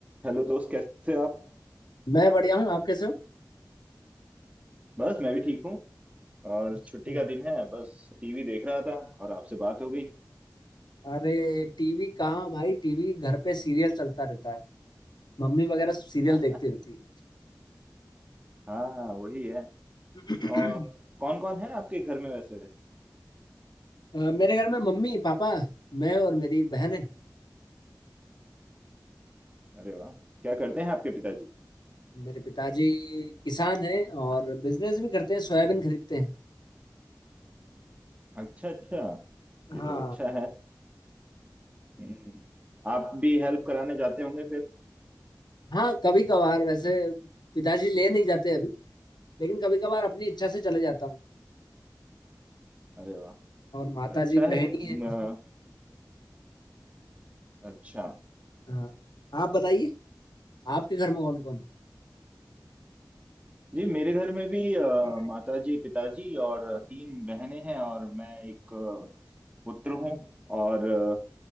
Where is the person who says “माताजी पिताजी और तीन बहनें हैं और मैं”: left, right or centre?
Right